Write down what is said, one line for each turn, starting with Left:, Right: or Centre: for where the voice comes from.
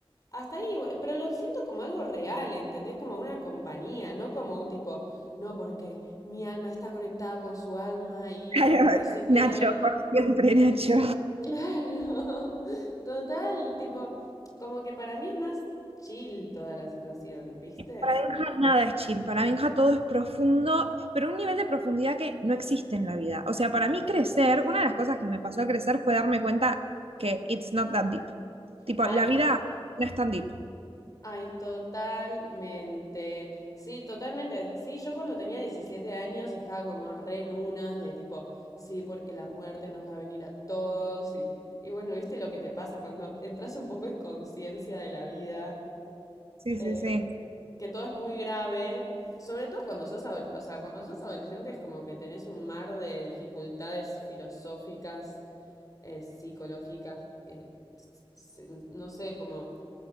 Left: hasta ahí, igual, pero lo siento como algo real, ¿entendés? Como una compañía, no como un tipo, no, porque mi alma está conectada con su alma y
Right: Claro,
Left: no sé qué.
Right: Nacho, por siempre, Nacho.
Left: Claro, <laughs> total, tipo, como que para mí es más chill toda la situación, ¿viste?
Right: Para Benja nada es chill, para Benja todo es profundo, pero un nivel de profundidad que no existe en la vida. O sea, para mí crecer, una de las cosas que me pasó a crecer fue darme cuenta que it's not that deep. Tipo,
Left: Ay,
Right: la vida no es tan deep.
Left: Ay, totalmente. Sí, totalmente. Sí, yo cuando tenía 17 años estaba como re en unas de tipo, sí, porque la muerte nos va a venir a todos. Y, y bueno, viste lo que te pasa cuando entras un poco en conciencia de la vida,
Right: Sí,
Left: eh,
Right: sí, sí.
Left: que todo es muy grave. Sobre todo cuando sos, ado- o sea, cuando sos adolescente es como que tenés un mar de dificultades filosóficas, eh, psicológicas, eh, s- s- no sé, como